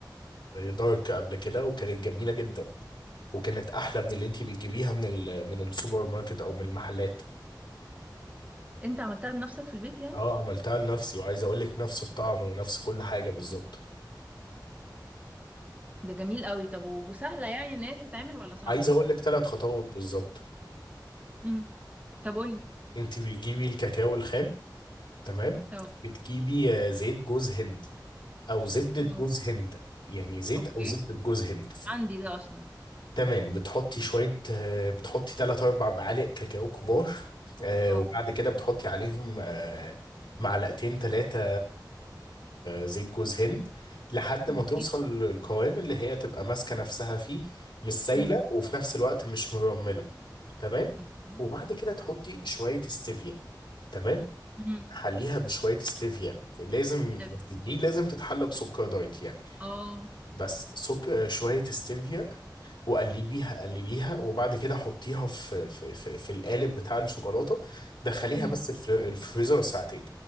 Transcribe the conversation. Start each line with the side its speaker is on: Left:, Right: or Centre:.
Left: دارك قبل كده وكانت جميلة جدا وكانت أحلى من اللي أنتي بتجيبيها من ال من السوبر ماركت أو من المحلات
Right: انت عملتها بنفسك في البيت يعني
Left: اه عملتها لنفسي وعايز أقول لك نفس الطعم ونفس كل حاجة بالظبط
Right: ده جميل قوي طب و- وسهله يعني ان هي تتعمل ولا صعبه
Left: عايز اقول لك ثلاث خطوات بالظبط
Right: امم طب قولي
Left: انت بتجيبي الكاكاو الخام تمام
Right: اه
Left: بتجيبي آه، زيت جوز هند او زبدة
Right: اه
Left: جوز هند يعني زيت
Right: اوكي
Left: او زبدة جوز هند
Right: عندي ده اصلا
Left: تمام بتحطي شوية آه، بتحطي 3 4 معالق كاكاو كبار آه،
Right: اه
Left: وبعد كده بتحطي عليهم آه، معلقتين ثلاثة زيت جوز هند لحد ما
Right: اوكي
Left: توصل للقوام اللي هي تبقى ماسكة نفسها فيه مش سايلة
Right: امم
Left: وفي نفس الوقت مش مرملة تمام
Right: اوكي
Left: وبعد كده تحطي شوية استevia تمام
Right: امم
Left: حليها بشوية ستيفيا لازم
Right: حلو
Left: دي لازم تتحلى بسكر دايت يعني
Right: اه
Left: بس سك... آه، شوية ستيفيا وقلبيها قلبيها وبعد كده حطيها في في في, في القالب بتاع الشوكولاتة دخليها
Right: امم
Left: بس الف- الفريزر ساعتين